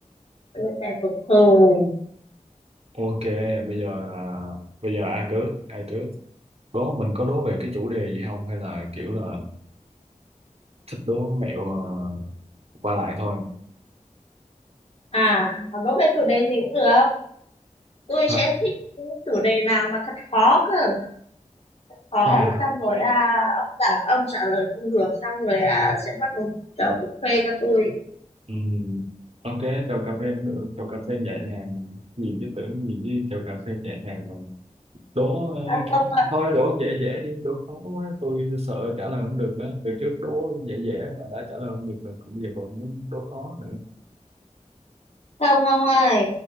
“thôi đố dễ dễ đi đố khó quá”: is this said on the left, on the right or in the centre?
Right